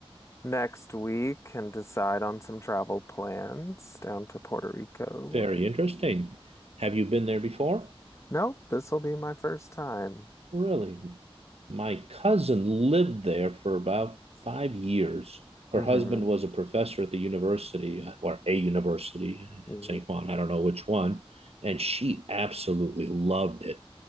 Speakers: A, on the left (about 30°); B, on the right (about 85°).
A: next week and decide on some travel plans down to Puerto Rico.
B: Very interesting. Have you been there before?
A: Nope, this will be my first time.
B: Really? My cousin lived there for about five years. Her
A: hmm
B: husband was a professor at the university or a university in
A: hmm
B: St. Juan. I don't know which one. And she absolutely loved it.